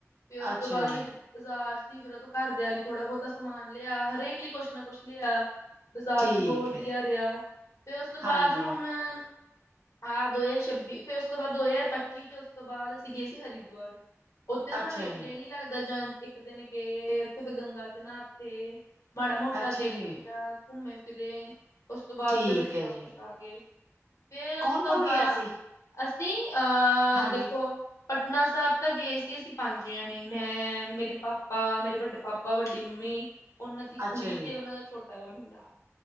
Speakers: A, on the left; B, on the right.
A: ਫੇਰ ਓਸ
B: ਅੱਛਾ
A: ਤੋਂ ਬਾਦ
B: ਜੀ
A: ਬਾਜ਼ਾਰ ਸੀ ਫੇਰ ਓਥੋਂ ਘਰਦਿਆਂ ਲਈ ਥੋੜਾ ਬੋਤਾ ਸਮਾਨ ਲਿਆ ਹਰੇਕ ਲਈ ਕੁਛ ਨਾ ਕੁਛ ਲਿਆ ਬਾਜ਼ਾਰ
B: ਠੀਕ
A: ਵੀ ਬਹੁ ਵਦੀਆ
B: ਹੈ
A: ਰਿਆ, ਫੇਰ ਓਸ ਤੋਂ ਬਾਦ
B: ਹਾਂਜੀ
A: ਹੁਨ ਆਹ ਦੋ ਹਜ਼ਾਰ ਛੱਬੀ, ਫੇਰ ਓਸ ਤੋਂ ਬਾਦ ਦੋ ਹਜ਼ਾਰ ਪੱਚੀ ਤੇ ਉਸ ਤੋਂ ਬਾਦ ਅਸੀਂ ਗਏ ਸੀ ਹਰਿਦੁਆਰ। ਓਥੇ ਸਾਨੂੰ
B: ਅੱਛਾ
A: ਇੱਕ
B: ਜੀ
A: ਦਿਨ ਈ ਲੱਗਦਾ ਜਾਨ ਤੇ, ਇੱਕ ਦਿਨ ਗਏ ਓਥੇ ਗੰਗਾ ਚ ਨਾਤੇ ਮਾੜਾ ਮੋਟਾ
B: ਅੱਛਾ
A: ਦੇਖੇਆ
B: ਜੀ
A: ਘੁੰਮੇ ਫਿਰੇ ਉਸ ਤੋਂ ਬਾਦ
B: ਠੀਕ
A: ਫੇਰ ਅਸੀਂ
B: ਹੈ
A: ਵਾਪਸ
B: ਜੀ
A: ਆ ਗੇ। ਫੇਰ
B: ਕੌਣ-ਕੌਣ
A: ਓਸ ਤੋਂ ਬਾਦ
B: ਗਿਆ ਸੀ
A: ਅਸੀਂ ਅਹ
B: ਹਾਂਜੀ
A: ਦੇਖੋ ਪਟਨਾ ਸਾਬ ਤਾਂ ਗਏ ਸੀ ਅਸੀਂ ਪੰਜ ਜਨੇ ਮੈਂ ਮੇਰੇ ਪਾਪਾ ਮੇਰੇ ਵੱਡੇ ਪਾ ਪਾਪਾ ਵੱਡੀ ਮੰਮੀ ਓਨਾਂ ਦੀ
B: ਅੱਛਾ
A: ਕੁੜੀ
B: ਜੀ
A: ਤੇ ਓਨਾਂ ਦਾ ਛੋਟਾ ਜਾ ਮੁੰਡਾ